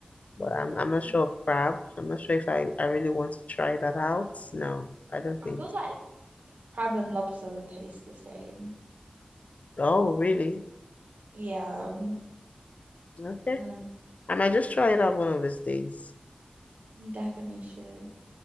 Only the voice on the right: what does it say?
Yeah.
I
feel
like crab and lobster would taste the same.
Yeah, um,
um,
you definitely should.